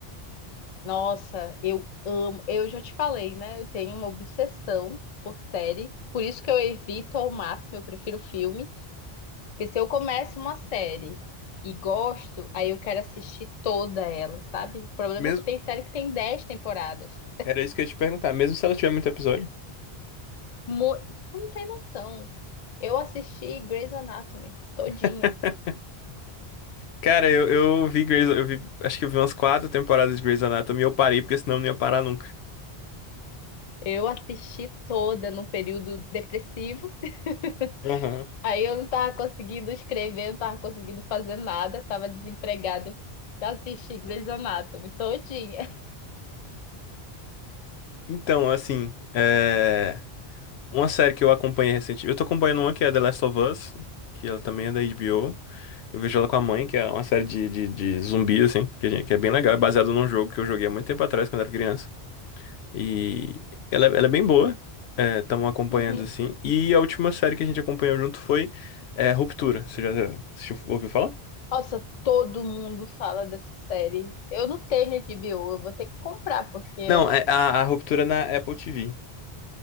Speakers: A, on the left; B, on the left.
A: nossa, eu amo. Eu já te falei, né? Eu tenho uma obsessão por série. Por isso que eu evito ao máximo, eu prefiro filme. Porque se eu começo uma série e gosto, aí eu quero assistir toda ela, sabe? O problema
B: Mesmo.
A: é que tem série que tem dez temporadas.
B: Era isso que eu ia te perguntar, mesmo se ela tiver muito episódio.
A: Mu- Tu não tem noção. Eu assisti Grey's Anatomy todinha.
B: <laughs> Cara, eu, eu vi Grey's, eu vi, acho que eu vi umas quatro temporadas de Grey's Anatomy e eu parei porque senão eu não ia parar nunca.
A: Eu assisti toda num período depressivo. <laughs>
B: Aham.
A: Aí eu não tava conseguindo escrever, não tava conseguindo fazer nada, tava desempregado pra assistir Grey's Anatomy todinha. <laughs>
B: Então, assim, eh, Uma série que eu acompanhei recentemente. Eu tô acompanhando uma que é The Last of Us, que ela também é da HBO. Eu vejo ela com a mãe, que é uma série de, de, de zumbi, assim, que, a gente- que é bem legal. É baseado num jogo que eu joguei há muito tempo atrás, quando era criança. E ela, é- ela é bem boa. Estamos acompanhando,
A: Uhum.
B: assim. E a última série que a gente acompanhou junto foi é, Ruptura. Você já assistiu- ouviu falar?
A: Nossa, todo mundo fala dessa série. Eu não tenho H B O, eu vou ter que comprar, porque é,
B: Não, é a, a Ruptura na Apple TV.